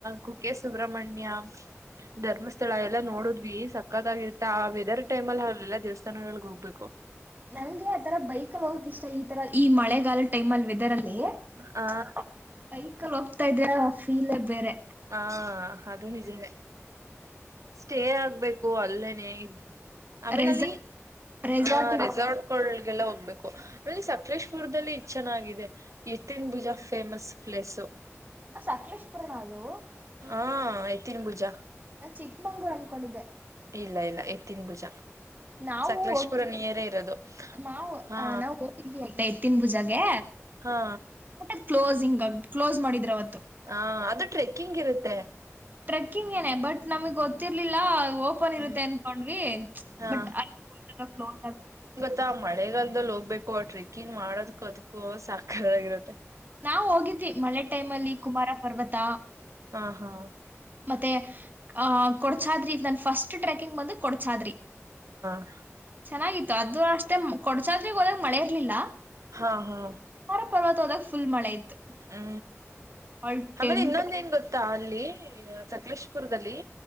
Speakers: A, on the right (about 85°); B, on the right (about 40°).
A: ಕುಕ್ಕೆ ಸುಬ್ರಹ್ಮಣ್ಯ ಸುಬ್ರಮಣ್ಯ <unintelligible> ಧರ್ಮಸ್ಥಳ ಎಲ್ಲಾ ನೋಡಿದ್ವಿ ಸಕ್ಕತಾಗಿತ್ತಾ ಆ ವೆದರ್ ಟೈಮ್ ಅಲ್ಲಿ ಅಲ್ಲೆಲ್ಲಾ ದೇವಸ್ಥಾನಗಳಿಗೆ ಹೋಗ್ಬೇಕು
B: ನಂಗೆ ಆತರ ಬೈಕಲ್ಲಿ ಹೋಗಕ್ ಇಷ್ಟ ಈ ತರ ಈ ಮಳೆಗಾಲದ ಟೈಮ್ ಅಲ್ಲಿ ವೆದರ್ ಅಲ್ಲಿ
A: ಹ
B: <unintelligible> ಬೈಕ್ ಅಲ್ಲಿ ಹೋಗ್ತಾ ಇದ್ರೆ ಅ ಫೀಲ್ ಬೇರೆ
A: ಹಾ ಅದು ನಿಜಾನೆ ಸ್ಟೇ ಆಗ್ಬೇಕು ಅಲ್ಲೇನೆ ಇದ್ದು ಆಮೇಲ
B: ರೆಸಾರ್ಟ್
A: ಅಲ್ಲಿ
B: ರೆಸಾರ್ಟ್
A: ಆ
B: ಇದೆ
A: ರೆಸಾರ್ಟಗಳಗೆಲ್ಲ ಹೋಗ್ಬೇಕು ಅಲ್ಲಿ ಸಕಲೇಶಪುರ ದಲ್ಲಿ ಇದು ಚೆನ್ನಾಗಿದೆ ಎತ್ತನ್ ಭುಜಾ ಫೇಮಸ್ ಪ್ಲೇಸು
B: ಸಕಲೇಶಪುರನಾ ಅದು
A: ಹಾ ಎತ್ತಿನಬುಜ
B: ನಾ ಚಿಕ್ಕಮಂಗ್ಳೂರು ಅನ್ಕೊಂಡಿದ್ದೆ
A: ಇಲ್ಲ ಇಲ್ಲ ಎತ್ತಿನ ಭುಜ
B: ನಾವು
A: ಸಕಲೇಶ್
B: ಹೋಗಿದ್ವಿ
A: ಪುರ ನಿಯರ್ ಏ ಇರೋದು
B: ನಾವು
A: ಹಾ
B: ನಾವು ಹೋಗಿದ್ವಿ ಆಯ್ತ ಎತ್ತಿನ ಭುಜಾ ಗೆ
A: ಹಾ
B: ಊಟ ಕ್ಲೋಸ್ ಹಂಗ <unintelligible> ಕ್ಲೋಸ್ ಮಾಡಿದ್ರು ಅವತ್ತು
A: ಹಾ ಅದು ಟ್ರೆಕ್ಕಿಂಗ್ ಇರುತ್ತೆ
B: ಟ್ರೆಕ್ಕಿಂಗ್ ಏನೆ ಬಟ್ ನಮಗ್ ಗೊತ್ತಿರ್ಲಿಲ್ಲ ಓಪನ್
A: ಹ್ಮ್
B: ಇರುತ್ತೆ ಅನ್ಕೊಂಡ್ವಿ
A: ಹಾ
B: ಬಟ್ ಅಲ್ಲಿ ಹೋದಾಗ ಕ್ಲೋಸ್ ಆಗ್ಬಿಟ್ಟಿತ್ತು
A: ಮ ಮಳೆಗಾಲದದಲ್ಲಿ ಹೋಗ್ಬೇಕು ಟ್ರೆಕ್ಕಿಂಗ್ ಮಾಡೋದಕ್ಕು ಅದ್ಕ್ಕೂ ಸಕ್ಕತ್ ಆಗಿರುತ್ತೆ
B: ನಾವು ಹೋಗಿದ್ವಿ ಮಳೆ ಟೈಮಲ್ಲಿ ಕುಮಾರ ಪರ್ವತ
A: ಹಾ ಹಾ
B: ಮತ್ತೆ ಅ್ ಕೊಡ್ಚಾದ್ರಿ ನನ್ ಫಸ್ಟ್ ಟ್ರೆಕಿಂಗ್ ಬಂದು ಕೊಡಚಾದ್ರಿ
A: ಹ
B: ಚೆನ್ನಾಗಿತ್ತು ಅದು ಅಷ್ಟೇ ಕೊಡ್ಚಾದ್ರಿ ಹೋದಾಗ ಮಳೆ ಇರ್ಲಿಲ್ಲ
A: ಹಾ ಹಾ
B: ಕುಮಾರ ಪರ್ವತ ಹೋದಾಗ ಫುಲ್ ಮಳೆ ಇತ್ತು
A: ಹೂ
B: ಅವಳ
A: ಆಮೇಲೆ
B: ಟೆಂಟ್
A: ಇನ್ನೊಂದ ನ್ ಗೊತ್ತಾ ಅಲ್ಲಿ ಸಕಲೇಶಪುರದಲ್ಲಿ